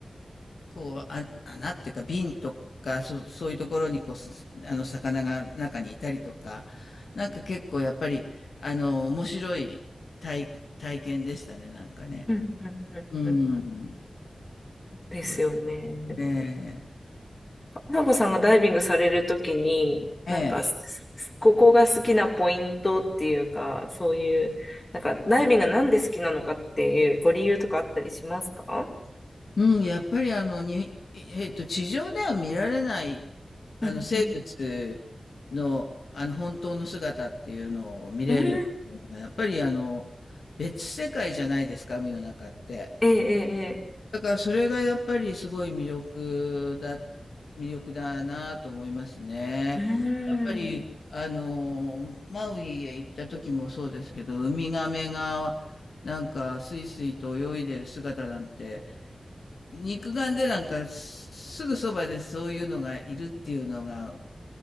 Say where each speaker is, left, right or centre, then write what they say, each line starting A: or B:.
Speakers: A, on the left; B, on the left.
A: こう、あ、穴っていうか瓶とか、そ、そういうところに、こう、すあの、魚が中にいたりとか、なんか結構やっぱり、あの、面白い体、体験でしたね、なんかね。
B: うんうんうんうん
A: うん。
B: ですよね。
A: そうですね。
B: 花子さんがダイビングされるときに、なんか、
A: ええ。
B: すここが好きなポイントっていうか、そういう、なんか、ダイビングがなんで好きなのかっていうご理由とかあったりしますか
A: うん、やっぱりあの、に、えっと、地上では見られない、
B: うんうん
A: あの、生物の、あの、本当の姿っていうのを見れるのが、
B: うん
A: やっぱりあの、別世界じゃないですか、海の中って。
B: ええ、ええ、ええ
A: だからそれがやっぱりすごい魅力だ、魅力だなと思いますね。
B: うん
A: やっぱり、あの、マウイへ行った時もそうですけど、ウミガメが、なんか、スイスイと泳いでる姿なんて、肉眼でなんかすぐそばでそういうのがいるっていうのが